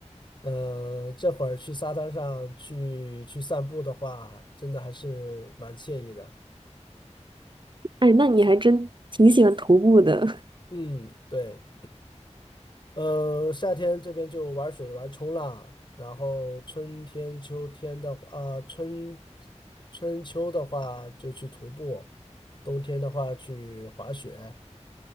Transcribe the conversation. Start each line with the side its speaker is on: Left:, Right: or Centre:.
Left: 嗯、这会儿去沙滩上去去散步的话，真的还是蛮惬意的。
Right: 哎，那你还真挺喜欢徒步的，
Left: 嗯，对，嗯、夏天这边就玩水、玩冲浪，然后春天、秋天的话，啊、春春秋的话就去徒步，冬天的话去滑雪。